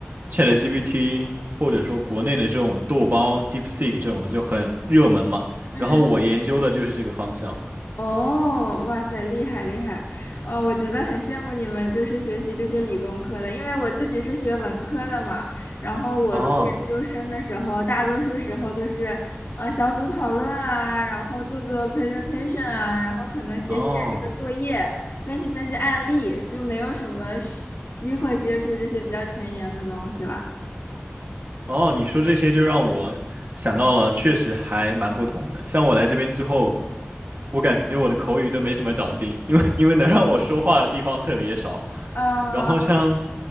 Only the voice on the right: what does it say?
ChatGPT 或者说国内的这种豆包 DeepSeek
这种的就很热门嘛，
然后我研究的就是这个方向。
哦
哦
哦，你说这些就让我想到了，确实还蛮不同的。像我来这边之后，我感觉我的口语都没什么长进，因为因为能让我说话的地方特别少。
然后像